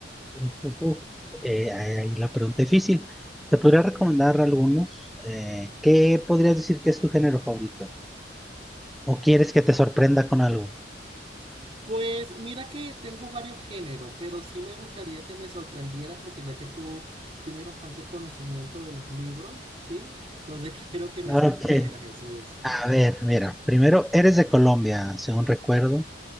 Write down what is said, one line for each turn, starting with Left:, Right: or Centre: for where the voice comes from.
Centre: uf, uf, uf. Eh, ahí ahí la pregunta difícil. Te podría recomendar algunos. Eh, ¿qué podrías decir que es tu género favorito? ¿O quieres que te sorprenda con algo?
Right: Pues mira que tengo varios géneros, pero sí me gustaría que me sorprendieras porque ya que tú tienes bastante el conocimiento de los libros, ¿sí? Entonces <laughs> quiero que me
Centre: Ok,
Right: sorprendas, Jesús.
Centre: a ver, mira, primero eres de Colombia, según recuerdo.